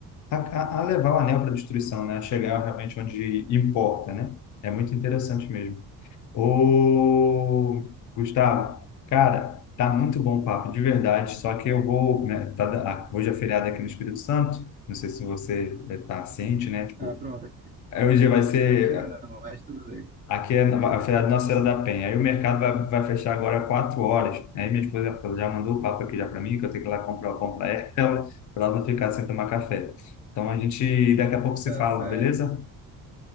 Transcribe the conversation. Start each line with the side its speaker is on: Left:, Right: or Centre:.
Left: a, a levar o anel para a destruição, né, a chegar realmente onde importa, né? É muito interessante mesmo. Ô, Gustavo, cara, tá muito bom o papo, de verdade. Só que eu vou, né, tá da- ah, hoje é feriado aqui no Espírito Santo. Não sei se você eh, tá ciente, né? Tipo,
Right: Ah, pronto.
Left: eh, hoje vai ser
Right: Aqui não, é não, mas tudo bem.
Left: aqui é a
Right: <laughs>
Left: feriado de Nossa Senhora da Penha. Aí o mercado vai, vai fechar agora quatro horas. Aí minha esposa já falou- já mandou o papo aqui já para mim que eu tenho que ir lá comprar o pão para ela, <laughs> para ela não ficar sem tomar café. Então a gente daqui a pouco se
Right: Tá
Left: fala,
Right: certo.
Left: beleza?